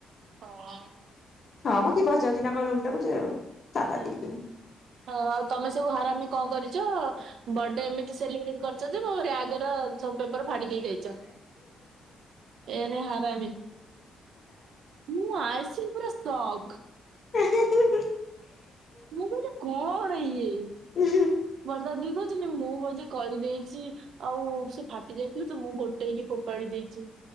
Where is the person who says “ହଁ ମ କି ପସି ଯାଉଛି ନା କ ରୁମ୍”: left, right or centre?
Left